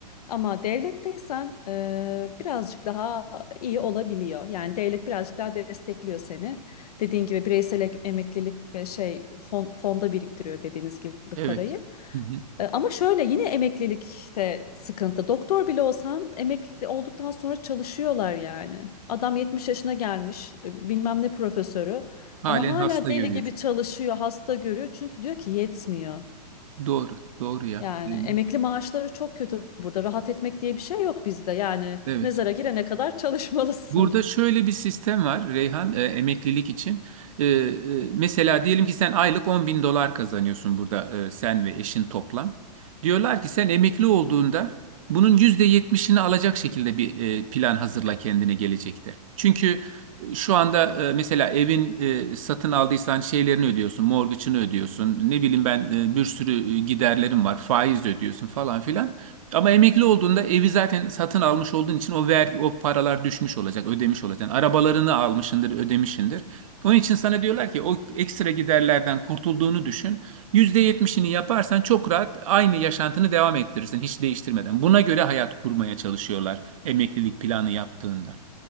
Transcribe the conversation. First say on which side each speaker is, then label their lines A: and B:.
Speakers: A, on the left; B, on the right.
A: Ama devletteysen e, birazcık daha iyi olabiliyor. Yani devlet birazcık daha destekliyor seni. Dediğin gibi bireysel ek- emeklilik ve şey fon- fonda biriktiriyor dediğiniz gibi
B: Evet.
A: parayı.
B: Hı hı.
A: E, Ama şöyle yine emeklilikte sıkıntı. Doktor bile olsan emekli olduktan sonra çalışıyorlar yani. Adam 70 yaşına gelmiş, e, bilmem ne profesörü
B: Halen
A: ama hala
B: hasta
A: deli
B: görüyor.
A: gibi çalışıyor, hasta görüyor. Çünkü diyor ki yetmiyor.
B: Doğru doğru ya.
A: Yani
B: Yani,
A: emekli maaşları çok kötü burada. Rahat etmek diye bir şey yok bizde. Yani
B: Evet.
A: mezara girene kadar çalışmalısın.
B: Burada şöyle bir sistem var Reyhan e, emeklilik için. E, e, mesela diyelim ki sen aylık on bin dolar kazanıyorsun burada e, sen ve eşin toplam. Diyorlar ki sen emekli olduğunda bunun %70'ini alacak şekilde bir e, plan hazırla kendine gelecekte. Çünkü e, şu anda e, mesela evin e, satın aldıysan şeylerini ödüyorsun, mortgage'ını ödüyorsun. Ne bileyim ben e, bir sürü e, giderlerim var, faiz ödüyorsun falan filan. Ama emekli olduğunda evi zaten satın almış olduğun için o vergi, o paralar düşmüş olacak, ödemiş olacaksın. Arabalarını almışındır, ödemişindir. Onun için sana diyorlar ki o ekstra giderlerden kurtulduğunu düşün. %70'ini yaparsan çok rahat aynı yaşantını devam ettirirsin hiç değiştirmeden. Buna göre hayat kurmaya çalışıyorlar emeklilik planı yaptığında.